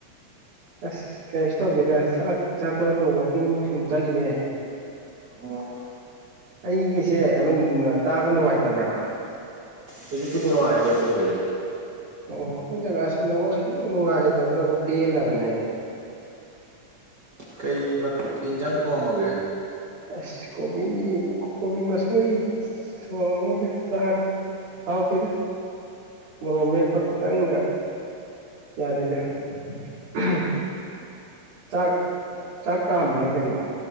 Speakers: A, on the right; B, on the right.
A: ꯑꯁ ꯀꯔꯤꯁꯨ ꯇꯧꯗꯦꯗ ꯆꯥꯛ ꯆꯥꯇ‌ꯣꯛ ꯑꯒ ꯋꯥꯛꯀꯤꯡ ꯁꯨꯝ ꯆꯠꯂꯤꯌꯦ
B: ꯑꯣ
A: ꯑꯩꯒꯤꯁꯦ ꯉꯅꯨꯟꯅ ꯇꯥꯕ ꯅꯨꯡꯉꯥꯏꯇꯕ꯭ꯔꯥ
B: ꯍꯧꯖꯤꯛ ꯄꯨꯗꯤ ꯅꯨꯡꯉꯥꯏꯔꯦ ꯀꯌꯤꯝ ꯇꯧꯗ꯭ꯔꯦ
A: ꯑꯣ ꯑꯈꯣꯏ ꯖꯒꯥꯁꯤ ꯅꯦꯋꯥꯛ ꯏꯅꯨꯡ ꯅꯨꯡꯉꯥꯏꯇꯕꯅꯀꯣ ꯄꯦꯜꯂꯕꯅꯦ ꯑꯩ
B: ꯀꯩ ꯃꯠ ꯀꯩ ꯏꯟꯖꯥꯡ ꯊꯣꯡꯉꯝꯃꯒꯦ
A: ꯑꯁ ꯀꯣꯕꯤ ꯀꯣ ꯀꯣꯕꯤ ꯃꯁꯣꯏ ꯊꯣꯡꯉꯤꯗ ꯆꯥꯔ‌ꯦ ꯍꯥꯎꯇꯦꯗ ꯃꯣꯔꯣꯛ ꯃꯦꯠꯄ ꯈꯤꯇꯪꯒ ꯌꯥꯗꯦꯗ ꯎꯝ ꯆꯥꯛ ꯆꯥꯛ ꯀꯥꯝꯃꯤꯔꯣ ꯀꯩꯅꯣ